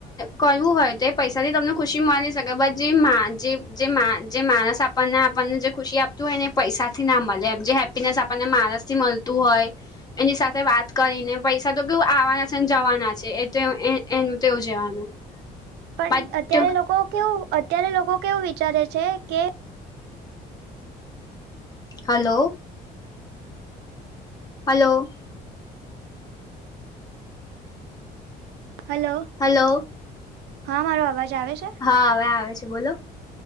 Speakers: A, on the left; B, on the right.
A: કરવું હોય તે. પૈસા થી તમને ખુશી મળી શકે જે જે જે માણસ આપણને આપણને જે ખુશી આપ. તું એને પૈસાથી ના મળેમ જે હેપ્પીનેસ આપણને માણસ થી મળતું હોય. એની સાથે વાત કરીને પૈસા તો કેવું આવવાના છે ને જવાના છે એ એનું તેવું જવાનું.
B: પણ
A: બટ
B: અત્યારે લોકો કેવું અત્યારે લોકો કેવું વિચારે છે કે.
A: હલો. હલો.
B: હલો.
A: હલો.
B: હા મારો અવાજ આવે છે.
A: હા એ આવે છે બોલો.